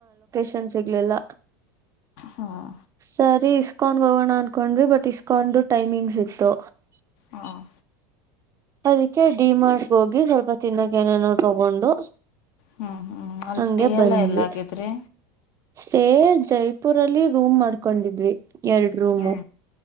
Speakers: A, on the right; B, on the left.
A: ಶನ್ನ್ ಸಿಗ್ಲಿಲ್ಲ
B: ಹಾಂ
A: ಸರಿ ಇಸ್ಕಾನ್ಗೆ ಹೋಗೋಣ ಅಂದಕೊಂಡ್ವಿ ಬಟ್ ಇಸ್ಕಾನ್ ಟೈಮಿಂಗ್ಸ್ ಇತ್ತು
B: ಹಾಂ
A: ಅದಕ್ಕೆ ಡಿ ಮಾರ್ಟ್ ಹೋಗಿ ಸ್ವಲ್ಪ ತಿನ್ನಕ ಏನೇನೋ ತಗೊಂಡು
B: ಹ್ಮ್ ಹ್ಮ್ ಅಲ್ಲಿ
A: ಹಂಗೆ
B: ಸ್ಟೇ
A: ಬಂದ್ವಿ
B: ಅಲ್ಲ ಎಲ್ಲಗಿದ್ರೆ
A: ಸ್ಟೇ ಜೈಪುರಲ್ಲಿ ರೂಮ್ ಮಾಡ್ಕೊಂಡಿದ್ವಿ ಎರಡು ರೂಮು
B: ಹ್ಞೂ